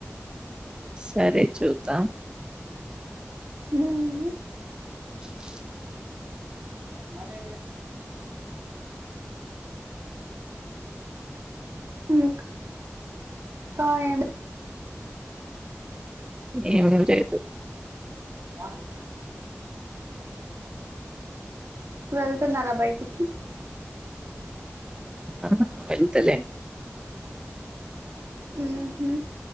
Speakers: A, on the right (about 15°); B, on the right (about 65°).
A: సరే చూద్దాం
B: ఉహు
A: <inaudible>
B: నాదే లేదు ఉక్ తో ఏంది
A: ఏమి లేదు
B: రాదు వెళ్తున్నారా బయటికి?
A: ఆ వెళ్తలే
B: ఉహు